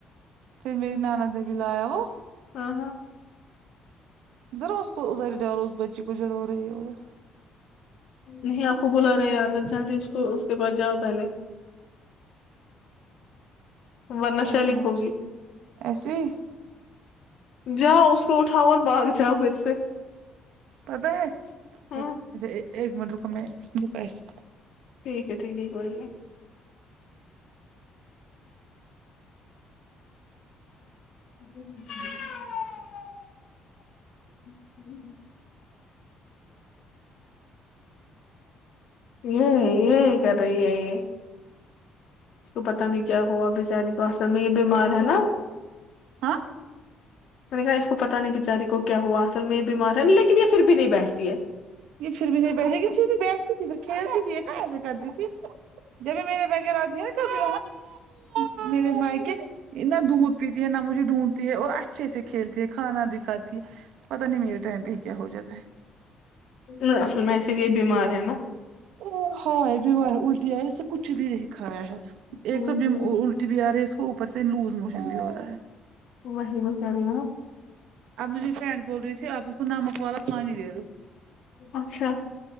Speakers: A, on the right; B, on the left.
A: پھر میری نانا نے بھی لایا وہ
B: ہاں ہاں
A: ذرا اس کو ادھر ڈالو اس بچی کو ضرور ہے ادھر
B: نہیں آپ کو بلا رہے اندر چلتی اس کو اس کے پاس جاؤ پہلے ورنہ
A: ایک
B: شیلگ
A: منٹ
B: ہوگی
A: ایسے ہی
B: جاؤ اس کو اٹھاؤ اور باگ جاؤ پھر سے
A: پتا ہے
B: ہوں
A: پھر اچھا ایک منٹ رکو میں رپیس
B: ٹھیک ہے ٹھیک ہے کوئی ن <inaudible> یہ یہ کر رہی ہے اس کو پتا نہیں کیا ہوا بیچاری کا اسل میں یہ بیمار ہے نا
A: ہاں
B: میں نے کہا اس کو پتا نہیں بےچاری کو کیا ہوا اصل میں یہ بیمار ہے نہیں لیکن یہ پھر بھی نہیں بیٹھتی ہے
A: یہ پھر بھی نہیں بیٹھےن پھر بھی بیٹھتی تھی پھر کھیلتی تھی ایسے کرتی تھی جب میرے بغیر آتی ہے نا کبھی وہ میرے بھائی کے نہ دودھ پیتی ہے نہ مجھے ڈھونڈتی ہے اور اچھ اچھے سے کھیلتی ہے کھانا بھی کھاتی ہے پت نہیں میرے ٹائم پہ ہی کیا ہو جاتا ہے
B: <unintelligible> پھر یہ بیمار ہے نا
A: ا ہاں بھیو الٹی آ اسسے کچھ بھی نہیں کھایا ہے ایک
B: ہوں
A: تو
B: ہوں
A: بھی آ رہ ہے اس کو اوپر سے لوز موشن بھی ہو رہا ہے
B: وہ ہییم کر رہیما
A: اب مجھے فرینڈ بول رہی تھی آپ اس کو نمک والا پانی دے دو
B: اچھا